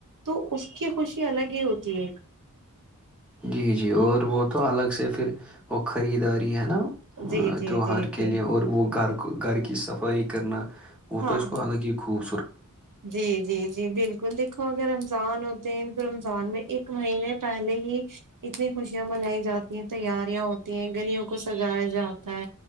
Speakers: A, on the right (about 70°); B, in the centre.
A: تو اس کی خوشی الگ ہی ہوتی ایک ایک
B: جی جی اور وہ تو الگ سے پھر وہ خریداری ہے ن
A: جی جی
B: تیوہار
A: جی
B: کے
A: جی
B: لیے اور وہ گھر گھر کی صفائیی کرنا وہ
A: ہاں
B: تو اس کو الگ ہی کو
A: جی جی جی بالکل دیکھو اگر رمضان ہوتے ہیں سرم سانم ایک مہینے پہلے ہی اتنی خوشیاں منائی جاتی ہیں تیاریاں ہوتی ہیں گلیوں کو سجایا جاتا